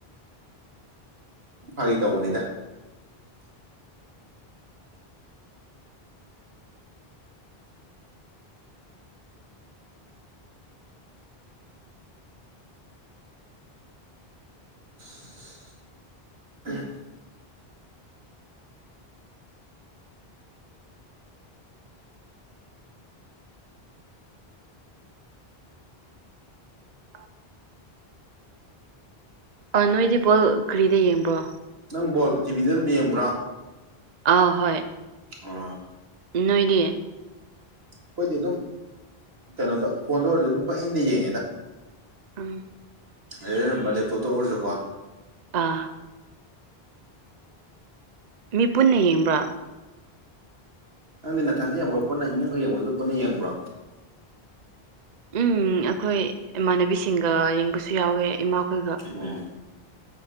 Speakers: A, on the right; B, on the right.
A: ꯐꯥꯒꯤ ꯇꯧꯕꯅꯤꯗ <unintelligible>
B: <unintelligible> ꯑꯥ ꯅꯣꯏꯗꯤ ꯕꯣꯜ ꯀꯔꯤꯗ ꯌꯦꯡꯕ꯭ꯔꯣ
A: ꯅꯪ ꯕꯣꯜ ꯇꯤꯚꯤꯗ ꯗꯨꯝ ꯌꯦꯡꯕ꯭ꯔꯥ
B: ꯑꯥ ꯍꯣꯏ
A: ꯑꯣ
B: ꯅꯣꯏꯗꯤ
A: ꯈꯣꯏꯗꯤ ꯑꯗꯨꯝ ꯀꯩꯅꯣꯗ ꯐꯣꯟꯗ ꯑꯣꯏꯔꯖꯨ ꯑꯗꯨꯝ ꯄꯌꯦꯡꯗ ꯌꯦꯡꯉꯦꯗ
B: ꯎꯝ
A: <unintelligible> ꯂꯦꯞꯇꯣꯞꯇ ꯑꯣꯏꯔꯖꯨꯀꯣ
B: ꯑꯥ ꯃꯤ ꯄꯨꯟꯅ ꯌꯦꯡꯕ꯭ꯔꯥ
A: ꯅꯪꯗꯤ ꯅꯥꯊꯟꯗ ꯌꯦꯡꯕꯔꯣ ꯄꯨꯟꯅ ꯏꯃꯨꯡꯒ ꯌꯦꯡꯕꯖꯨ ꯄꯨꯟꯅ ꯌꯦꯡꯕ꯭ꯔꯣ
B: ꯎꯝ ꯑꯈꯣꯏ ꯏꯃꯥꯟꯅꯕꯤꯁꯤꯡꯒ ꯌꯦꯡꯕꯁꯨ ꯌꯥꯎꯋꯦ ꯏꯃꯥꯈꯣꯏꯒ
A: ꯑꯣ